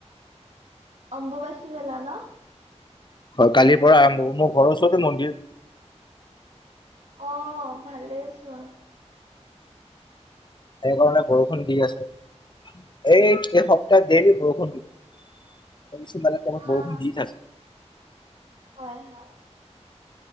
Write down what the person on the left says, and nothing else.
হয় কালিৰ পৰা আৰম্ভ হব মোৰ ঘৰৰ ওচৰতে মন্দিৰ
সেইকাৰণে বৰষুণ দি আছে এই এইটো সপ্তাহ ডেইলী বৰষূণ এইফালে বহুত
বৰষুণ দি থাকে